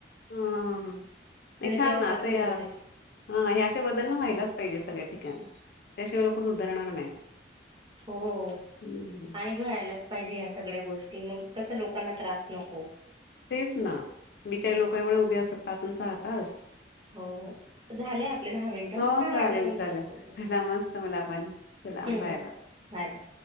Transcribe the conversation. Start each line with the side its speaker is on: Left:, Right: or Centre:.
Left: हम्म नाही छान
Right: तेव्हापासून
Left: नाच या
Right: बंद केले
Left: हा हे अशे बदल ना व्हायलाच पाहिजे, सगळ्या ठिकाणी त्याशिवाय लोक सुधरणार नाही.
Right: हो
Left: हम्म
Right: आणि घ्यायलाच पाहिजे अस सगळ्या गोष्टी मग कस लोकांना त्रास नको.
Left: तेच ना बिचारे
Right: हम्म
Left: लोकं एवढे उभे असतात पाच अन सहा तास
Right: हो हो, झाले आपले दहा मिनिटं
Left: हो
Right: छान
Left: चालेल
Right: वाटलं तुमच्याशी
Left: चालेल
Right: बोलून
Left: चला मस्त मला पण <unintelligible>
Right: हम्म
Left: बाय बाय.
Right: Bye bye.